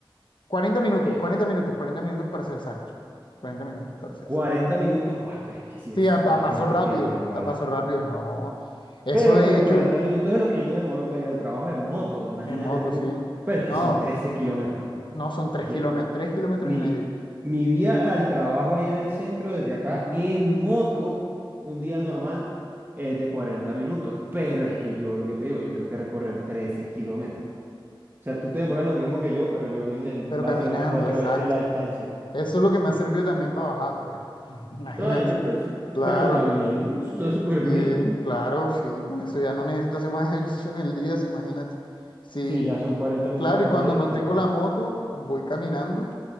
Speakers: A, on the left; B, on the right.
A: cuarenta minutos,
B: Eh,
A: 40 minutos, 40 minutos para ser exacto. cuarenta minutos para ser
B: 40
A: exacto.
B: minutos, guau, pero es que sí es
A: Sí, a, a
B: bastante
A: paso rápido,
B: tiempo igual.
A: a paso rápido, no. Eso
B: Pero
A: de
B: pues
A: hecho,
B: 40 minutos es lo que yo me demoro para ir al trabajo en moto, imagínate
A: en moto,
B: tú.
A: sí.
B: Pero es
A: No,
B: que son 13 kilómetros.
A: no son 3
B: Yo-
A: kilómetros, 3 kilómetros
B: mi,
A: y medio.
B: mi vía al trabajo allá en el centro, desde acá,
A: Ujú,
B: en moto, un día normal es de 40 minutos. Pero es que yo, lo que te digo, yo tengo que recorrer 13 kilómetros. O sea, tú te demoras lo mismo que yo, pero yo en el, básicamente
A: Pero caminando,
B: cuatro
A: exacto.
B: veces la distancia.
A: Eso es lo que me ha servido también para bajar, pues. <laughs> Imagínate.
B: Ay, no, pero, eso-
A: Claro,
B: pero está bien, eso está súper bien.
A: sí, claro, sí. Con eso ya no necesito hacer más ejercicio en el día, sí, imagínate. Sí,
B: Sí, ya son 40 minutos
A: claro,
B: a
A: y cuando
B: pie, está
A: no tengo
B: bien.
A: la moto, voy caminando.